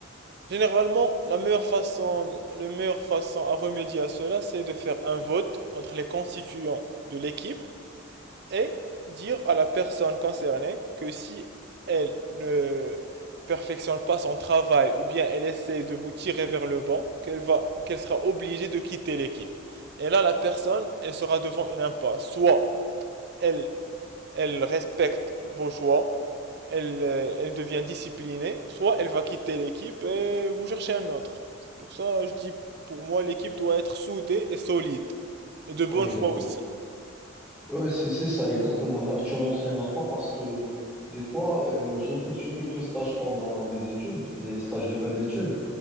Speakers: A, on the right; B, in the centre.
A: Généralement, la meilleure façon, la meilleure façon à remédier à cela, c'est de faire un vote entre les constituants de l'équipe et dire à la personne concernée que si elle ne perfectionne pas son travail ou bien elle essaie de vous tirer vers le bas, qu'elle va, qu'elle sera obligée de quitter l'équipe. Et là, la personne, elle sera devant une impasse. Soit elle elle respecte vos choix, elle, euh, elle devient disciplinée, soit elle va quitter l'équipe et vous cherchez un autre. C'est pour ça, je dis, pour moi, l'équipe doit être soudée et solide, et de bonne
B: on est
A: foi
B: d'accord.
A: aussi.
B: Ouais, c'est, c'est ça, exactement. Là que tu as mentionné la fois parce que des fois, euh, j'ai effectué quelques stages pendant euh, mes études, des stages de fin d'études.